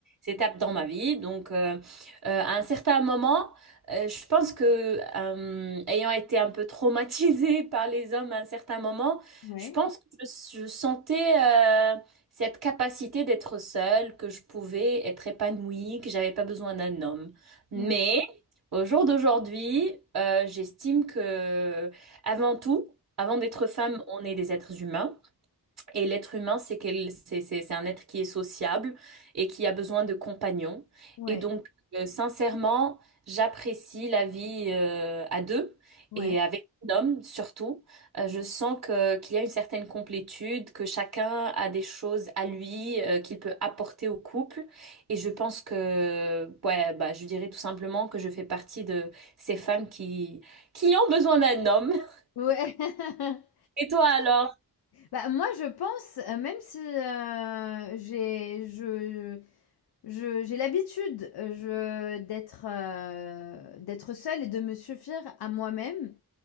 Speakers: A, on the right; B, on the left.
A: étapes dans ma vie. Donc euh, euh, à un certain moment, euh, je pense que euh, ayant été un peu traumatisée <laughs> par les hommes à un certain moment,
B: Ouais.
A: je pense que je, je sentais euh, cette capacité d'être seule, que je pouvais être épanouie, que j'avais pas besoin d'un homme. Mais
B: Mmh.
A: au jour d'aujourd'hui, euh, j'estime que avant tout, avant d'être femme, on est des êtres humains. Et l'être humain, c'est qu'elle, c'est, c'est- c'est un être qui est sociable et qui a besoin de compagnons.
B: Ouais,
A: Et donc, euh, sincèrement, j'apprécie la vie euh, à deux
B: ouais.
A: et avec un homme surtout. Euh, je sens que qu'il y a une certaine complétude, que chacun a des choses à lui euh, qu'il peut apporter au couple. Et je pense que, ouais, bah, je dirais tout simplement que je fais partie de ces femmes qui qui ont besoin d'un homme. <laughs>
B: Ouais. <laughs>
A: Et toi alors?
B: Bah, moi, je pense, heu, même si, heu, j'ai je je j'ai l'habitude, heu, je d'être, heu, d'être seule et de me suffire à moi-même.